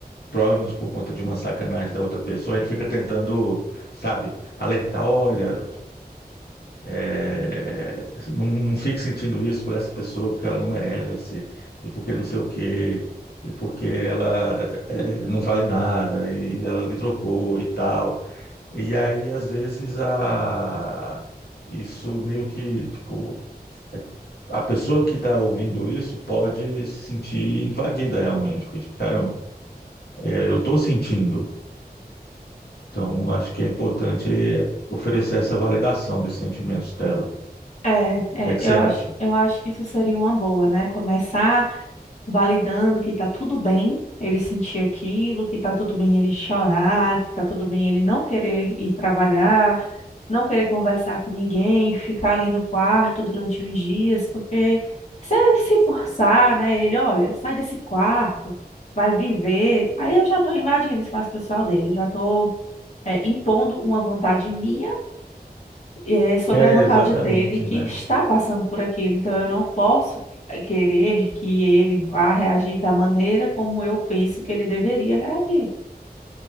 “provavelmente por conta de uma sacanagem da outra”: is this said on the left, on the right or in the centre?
Left